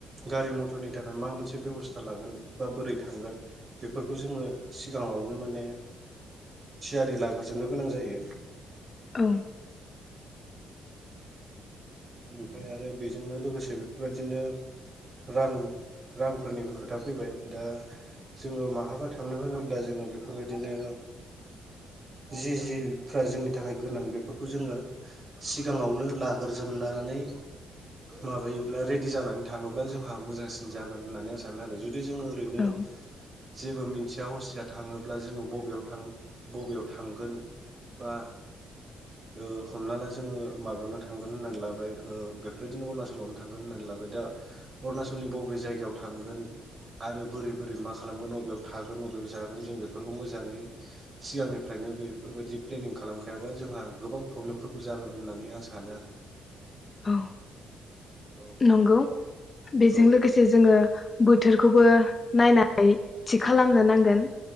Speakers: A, on the right; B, on the left.
A: गारि मथरनि थाखाय मा मोनसे बेब'स्था लागोन बा बोरै थांगोन बेफोरखौ जोङो सिगाङावनो माने थियारि लाग्रजोबनो गोनां जायो।
B: औ
A: ओमफ्राय आरो बेजोंनो लोगोसे बेफोरबायदिनो रां रांफोरनिबो खोथा फैबाय दा जोङो माहाबा थांनो होनोब्ला जोङो बेफोरबायदिनो जि जिफ्रा जोंनि थाखाय गोनां बेफोरखौ जोङो सिगाङावनो लाग्रोजोबनानै माबायोब्ला रेडि जानानै थाङोब्ला जोंहा मोजांसिन जागोन होननानै आं सानो आरो जुदि जे जोङो ओैनोनो
B: औ
A: जेबो मोनथिया हसिया थाङोब्ला जोङो बबेयाव थां बबेयाव थांगोन बा ओ हमना ला जोङो माबायावनो थांगोन होननानै लाबाय बेफोरदिनो अरुणाचलावनो थांगोन होननानै लाबाय दा अरुनाचलनि बबे जायगायाव थांगोन आरो बोरै बोरै मा खालामगोन बबेयाव थागोन बबेयाव जागोन जों बेफोरखौ मोजाङै सिगांनिफ्रायनो बेफोरबायदि प्लेनिं खालामखायाबा जोंहा गोबां प्रब्लेमफोरखौ जागोन होननानै आं सानो आरो
B: औ
A: औ
B: नंगौ बेजों
A: औ
B: लोगोसे जोङो बोथोरखौबो नायनानै थि खालामनो नांगोन।